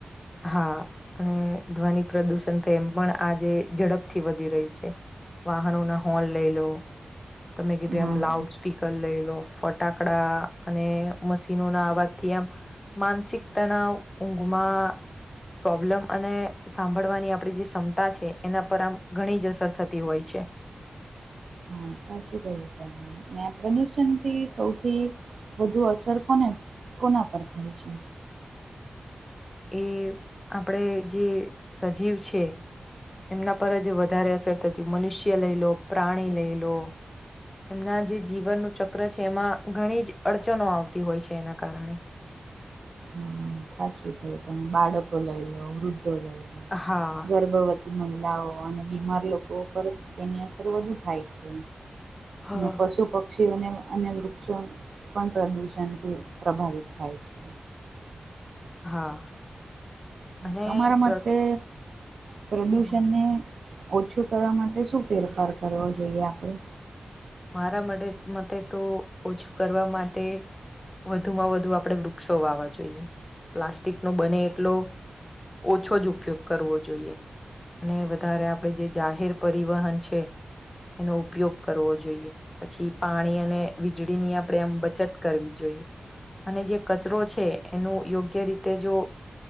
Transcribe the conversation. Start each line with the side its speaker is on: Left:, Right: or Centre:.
Left: હા, અને ધ્વનિ પ્રદુષણ તો એમ પણ આજે ઝડપથી વધી રહ્યું છે. વાહનોના હોન લઈ લો તમે કીધું
Right: હા
Left: એમ લાઉજ. સ્પીકર લઈ લો ફટાકડા અને મશીનોના અવાજથી એમ માનસિક તણાવ ઉઘમાં પ્રોબ્લેમ અને સાંભળવાની આપણી જે ક્ષમતા છે એના પર આમ ઘણી જ અસર થતી હોય છે.
Right: હા, સાચું કહ્યું તમે ને આ પ્રદુષણથી સૌથી વધુ અસર કોને કોના પર થાય છે.
Left: એ આપડે જે સજીવ છે. એમના પર જ વધારે અસર થતી મનુષ્ય લઈ લો, પ્રાણી લઈ લો. એમના જે જીવનનું ચક્ર છે એમાં ઘણી જ અડચનો આવતી હોય છે એના કારણે.
Right: હમ, સાચું કહ્યું તમે બાળકો લઈ લો, વૃદ્ધો લઈ લો
Left: હા
Right: ગર્ભવ મહિલાઓ અને બીમાર લોકો પર તેની અસર વધુ થાય છે.
Left: હા
Right: ને પશુ પ પક્ષીઓને અન્ય વૃક્ષો પણ પ્રદૂષણથી પ્રભાવિત થાય છે.
Left: હા. અને
Right: તમારા
Left: પ્ર
Right: મતે પ્રદુષણને
Left: હ
Right: ઓછું કરવા માટે શું ફેરફાર કરવો જોઈએ આપણે
Left: મારા માટે મતે તો ઓછું કરવા માટે વધુ માં વધુ આપડણે વૃક્ષો વાવા જોઈએ પ્લાસ્ટિક નો બને એટલો ઓછો જ ઉપયોગ કરવો જોઈએ અને વધારે આપડે જે જાહેર પરિવહન છે એનો ઉપયોગ કરવો જોઈએ પછી પાણી અને વીજળી ની આપણે આમ બચત કરવી જોઈએ અને જે કચરો છે એનું યોગ્ય રીતે જો